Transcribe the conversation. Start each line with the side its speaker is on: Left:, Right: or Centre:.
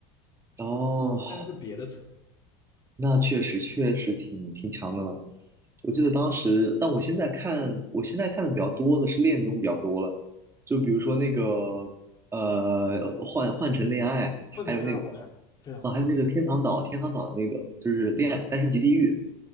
Right: 哦，
Left: 但是别的车，
Right: 那确实确实挺挺强的了。我记得当时，但我现在看，我现在看的比较多的是恋综比较多了，就比如说那个呃，换换成恋爱，
Left: 换成恋爱我看非常好看
Right: 还有那个啊，还有那个天堂岛，天堂岛的那个就是恋爱单身即地狱。